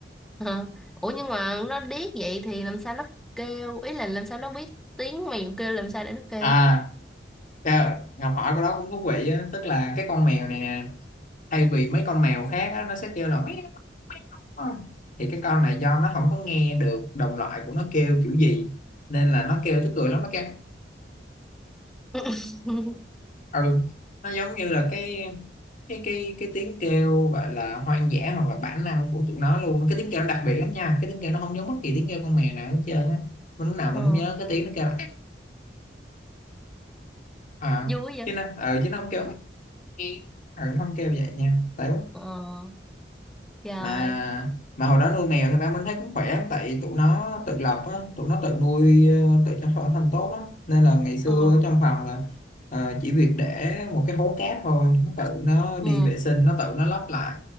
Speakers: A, in the centre; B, on the left.
A: hả? ủa nhưng mà nó điếc vậy thì làm sao nó kêu ý là làm sao nó biết tiếng mèo kêu làm sao để nó kêu
B: à cái- Ngọc hỏi cái đó cũng thú vị á tức là cái con mèo này nè thay vì mấy con mèo khác á, nó sẽ kêu là meo, meo, không? thì cái con này do nó không có nghe được đồng loại của nó kêu kiểu gì nên là nó kêu tức cười lắm nó kêu
A: <laughs>
B: ừ nó giống như là cái cái cái cái tiếng kêu gọi là hoang dã hoặc là bản năng của tụi nó luôn cái tiếng kêu nó đặc biệt lắm nha cái tiếng kêu nó không giống bất kỳ tiếng kêu con mèo nào hết trơn á mình lúc nào mình
A: ờ
B: cũng nhớ cái tiếng nó kêu là à
A: vui vậy
B: chứ nó ờ chứ nó không kêu mấy ừ, nó không kêu vậy nha tại
A: ờ trời
B: mà mà hồi đó nuôi mèo thì ba mình thấy cũng khỏe lắm tại tụi nó tự lập á tụi nó tự nuôi ờ, tự chăm sóc bản thân tốt lắm nên là ngày xưa
A: ờ
B: trong phòng là ờ, chỉ việc để một cái hố cát thôi nó tự nó đi
A: ừ
B: vệ sinh nó tự nó lấp lại